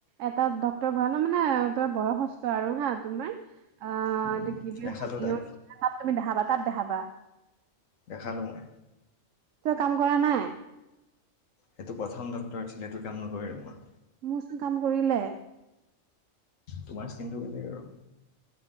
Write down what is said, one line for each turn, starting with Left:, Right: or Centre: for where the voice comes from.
Right: এটা ডক্টৰ বহে ন মানে ধৰ বয়সস্থ আৰু হা তোমাৰ আ
Left: উম,
Right: এইটো কি বুলি
Left: দেখালোঁ
Right: হোমিয়ৰ
Left: তাক
Right: নিচিনা তাত তুমি দেখাবা তাত দেখাবা
Left: দেখালো মই
Right: কিয় কাম কৰা নাই
Left: সেইটো প্ৰথম ডক্টৰ আছিলে সেইটো কাম নকৰিলে মোৰ
Right: মোৰচোন কাম কৰিলে
Left: তোমাৰ স্কিনটো বেলেগ আৰু